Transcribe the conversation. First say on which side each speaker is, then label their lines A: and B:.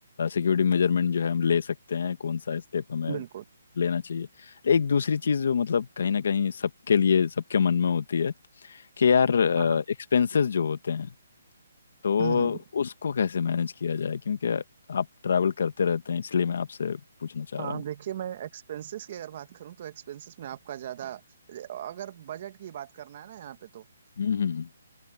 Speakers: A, on the left (about 55°); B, on the right (about 40°).
A: सिक्योरिटी मेजरमेंट जो है हम ले सकते हैं कौन सा स्टेप हमें
B: बिल्कुल
A: लेना चाहिए एक दूसरी चीज़ जो मतलब कहीं ना कहीं सबके लिए सबके मन में होती है कि यार
B: हाँ हाँ
A: एक्सपेंसेस जो होते हैं तो
B: हम्म हम्म।
A: उसको कैसे मैनेज किया जाए क्योंकि आप ट्रैवल करते रहते हैं इसलिए मैं आपसे पूछना चाह
B: हाँ
A: रहा हूँ
B: देखिए मैं एक्सपेंसेस की अगर बात करूं तो एक्सपेंसेस में आपका ज़्यादा अगर बजट की बात करना है ना यहाँ पे तो
A: हम्म हम्म